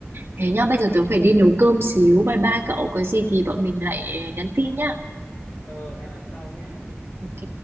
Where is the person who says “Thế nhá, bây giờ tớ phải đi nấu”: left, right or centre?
Right